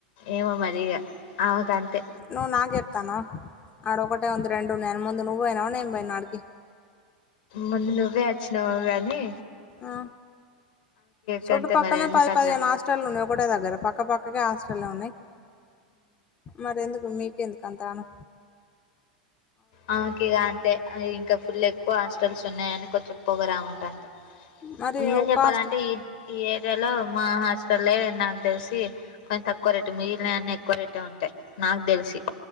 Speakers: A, on the left; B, on the left.
A: ఏమో మరిగ ఆమెకంతే
B: నువ్ నాకేప్తానా ఆడ ఒకటే ఉంది రెండు ఉన్నయ్ అని ముందు నువ్ పోయినావ నే పోయిన్నాడికి
A: ముందు నువ్వే అచ్చినవు గానీ
B: ఆ చుడ్డు
A: గంతే
B: పక్కనే
A: మరి ఎందుకు
B: పది
A: అట్లా
B: పదిహేను హాస్టళ్లు ఉన్నాయ్ ఒకటే దగ్గర పక్కపక్కకే హాస్టల్ ఉన్నాయ్ మరి ఎందుకు మీకెందుకు అంతాను
A: ఆమెకి ఇగ అంటే ఇంకా ఫుల్ ఎక్కువ హాస్టల్స్ ఉన్నాయని కొంచెం పోగరు ఆమెకు అంతే
B: మరి
A: నిజం
B: ఒక్క
A: చెప్పాలంటే
B: హాస్టల్
A: ఈ ఈ ఏరియాలో మా హస్ ఇడ లే నాకు తెలిసి కొంచెం తక్కువ రేటు మిగిలినే అన్న ఎక్కువ రేటే ఉంటాయి నాకు తెలిసి